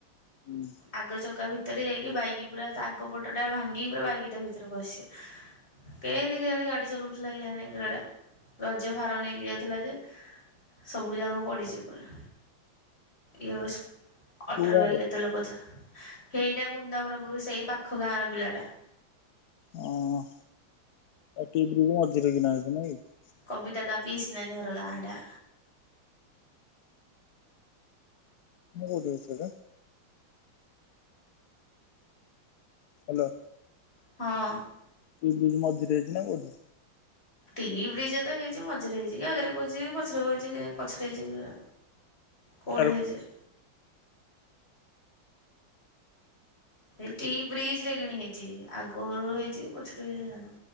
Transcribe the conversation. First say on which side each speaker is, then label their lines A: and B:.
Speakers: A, on the left; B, on the left.
A: ହୁଁ।
B: ଆଗ ଚକା ଭିତରେ ଯାଇକି, ବାଇକ୍ ପୁରା ତା ଆଗ ପଟଟା ଭାଙ୍ଗିକି, ପୁରା ବାଇକ୍ ତା ଭିତରେ ପସିଛି। କେଁତି କି ଆଣି ଗାଡି ଚଲଉଥିଲା କି ଆଣି ପିଲଟା! ରଜ ଭାର ନେଇକି ଯାଇଥିଲା ଯେ ସବୁ ଯାକ ପଡିିଛି ପୁରା। ଇଏ ସ ଅଟର
A: କୋଉ ଗାଁରେ
B: ଭାଇ କେତେ ଲୋକଥି? ହେଇଟା ବୃନ୍ଦାବନପୁର ସେଇ ପାଖ ଗାଁ ର ପିଲାଟା
A: ହଁ, <unintelligible> ମଝିରେ କିନା ହେଇଛି ନାଇଁ କି?
B: କବିତା ତା' ପିଇସ୍ ନାନୀ ହର ଗାଁ ହେଟା।
A: <inaudible> ଏଟା। ହ୍ୟାଲୋ।
B: ହଁ।
A: <unintelligible> ମଝିରେ ହେଇଛି ନା କୋଉଠେ?
B: ଟି ବ୍ରିଜ ତ ହେଇଛି ମଝିରେ ହେଇଛି କି ଆଗରେ ବଇଛି କି ପଛରେ ବଇଛି ପଛରେ ହେଇଛି କୋଉଠି
A: ଆରେ
B: ହେଇଛି? ସେଇଠି ବ୍ରିଜ ରେ କିଣି ହେଇଛି ଆଗ ରୁ ହେଇଚି କି ପଛରୁ ହେଇଚି